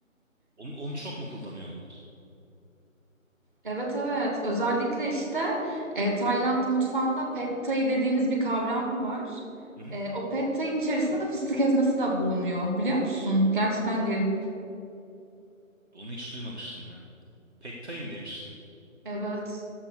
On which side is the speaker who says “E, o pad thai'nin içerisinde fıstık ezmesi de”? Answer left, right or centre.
Right